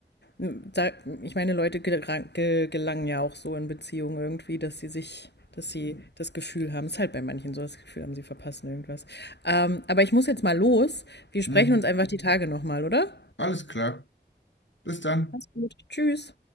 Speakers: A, on the left; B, on the left.
A: Da, ich meine, Leute gelang- ge- gelangen ja auch so in Beziehungen irgendwie, dass sie sich, dass sie das Gefühl haben, es ist halt bei manchen so, das Gefühl haben, sie verpassen irgendwas. Ähm, aber ich muss jetzt mal los. Wir sprechen
B: Hm.
A: uns einfach die Tage nochmal, oder?
B: Alles klar. Bis dann.
A: Mach's gut. Tschüss.